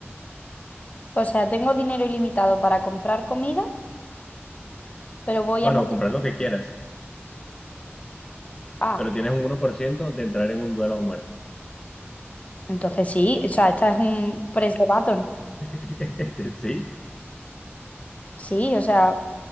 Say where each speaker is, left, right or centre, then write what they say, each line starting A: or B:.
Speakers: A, on the left; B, on the left.
A: O sea, tengo dinero ilimitado para comprar comida, pero voy
B: O
A: a morir.
B: no, comprar lo que quieras,
A: Ah,
B: pero tienes un uno por ciento de entrar en un duelo a muerte.
A: entonces sí, o sea, esta es un press de button.
B: <laughs> Sí.
A: Sí, o sea,